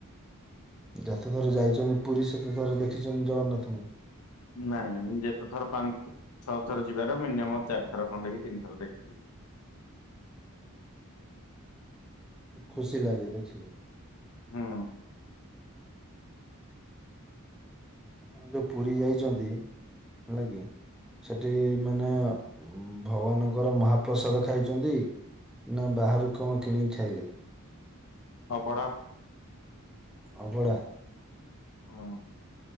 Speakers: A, in the centre; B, on the left (about 80°).
A: ଯେତେଥର ଯାଇଚନ୍ତି ପୁରୀ ସେତେଥର ଦେଖିଛନ୍ତି ଜଗନ୍ନାଥଙ୍କୁ?
B: ନାଇଁ ଯେତେ ଥର ପାଞ୍ଚ ଛଅ ଥର ଯିବାର ମିନିୟମ ଚାରିଥର ଖଣ୍ଡେକି ତିନି ଥର ଦେଖୀଚି।
A: ଖୁସି ଲାଗେ ଦେଖିଲେ।
B: ହୁଁ।
A: ଆପଣ ଯୋଉ ପୁରୀ ଯାଇଚନ୍ତି ହେଲାକି ସେଠି ମାନେ ଭଗବାନଙ୍କର ମହାପ୍ରସାଦ ଖାଇଚନ୍ତି ନା ବାହାରୁ କଣ କିଣିକି ଖାଇଲେ?
B: ଅବଡା।
A: ଅବଡା।
B: ହୁଁ